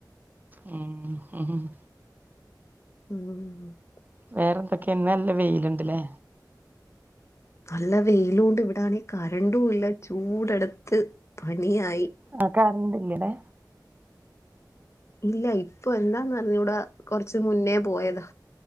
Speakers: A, on the right; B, on the left.
A: ഉം
B: ഉം
A: വേറെ എന്തൊക്കെ ഇന്ന് നല്ല വെയില്ണ്ട് ലെ
B: നല്ല വെയിലൂണ്ട് ഇവടാണെങ്കി കരണ്ടു ഇല്ല ചൂട് എട്ത്ത് പണിയായി
A: ആ കര്ണ്ടില്ല്യ ലെ
B: ഇല്ല ഇപ്പൊ എന്താന്നർഞ്ഞൂട കൊർച്ച് മുന്നേ പോയതാ